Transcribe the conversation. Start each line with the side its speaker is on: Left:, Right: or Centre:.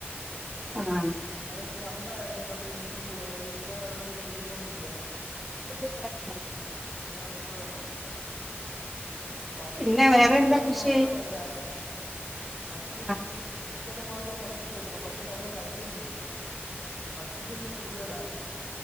Centre: ആഹ്
Left: അതൊക്കെ പണ്ടായിരുന്നു പട്ടി പിടിച്ചുകൊണ്ട് പോണത് ഇപ്പൊ അതിനുള്ള നിയമം ഒന്നുല്ല.
Centre: <unintelligible>
Left: <unintelligible> പട്ടി
Centre: പിന്നെ
Left: മ്മുടെ
Centre: വേറെ
Left: കൃഷി
Centre: എന്താ
Left: സ്ഥലം
Centre: കൃഷി
Left: മാത്രമല്ല പട്ടി
Centre: ആ,
Left: കൃഷി കൃഷിസ്ഥലം മാത്രം നശിപ്പിക്കുകെല്ല എന്ന പട്ടി നമ്മളെ കടിക്കുകയും ചെയ്യും. പട്ടിശല്യം കൂടുതലാ.